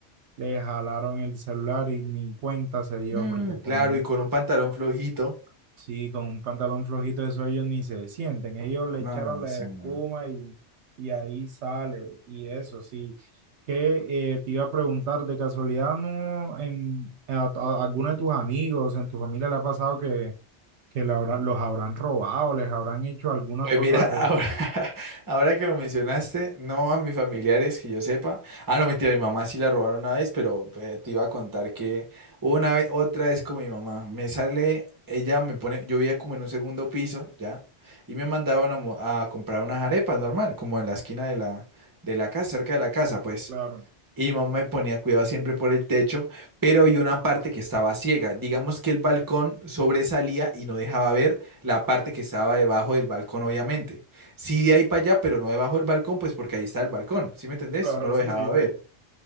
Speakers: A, on the right; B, on the right.
A: le jalaron el celular y ni cuenta se dio
B: Mm,
A: porque
B: claro,
A: con un,
B: y con un pantalón flojito.
A: sí, con un pantalón flojito eso ellos ni se sienten. Ellos le
B: No,
A: echaron la
B: eso
A: espuma
B: no.
A: y, y ahí sale y eso sí. Que eh, te iba a preguntar, de casualidad, ¿no en a, a- alguno de tus amigos, en tu familia le ha pasado que, que le habrá- los habrán robado, les habrán hecho alguna
B: Pues
A: cosa
B: mira,
A: de
B: ahora,
A: eso?
B: <laughs> ahora que lo mencionaste, no a mis familiares que yo sepa. Ah, no, mentira, mi mamá sí la robaron una vez, pero eh, te iba a contar que una vez, otra vez con mi mamá, me sale, ella me pone, yo vivía como en un segundo piso, ¿ya? Y me mandaban a, mo- a comprar unas arepas normal, como en la esquina de la, de la casa, cerca de la casa, pues.
A: Claro,
B: Y mi mamá me ponía cuidado siempre por el techo, pero había una parte que estaba ciega. Digamos que el balcón sobresalía y no dejaba ver la parte que estaba debajo del balcón, obviamente. Sí, de ahí para allá, pero no debajo del balcón, pues porque ahí está el balcón, ¿sí me entendés?
A: claro,
B: No lo
A: sí,
B: dejaba
A: sí,
B: ver.
A: sí,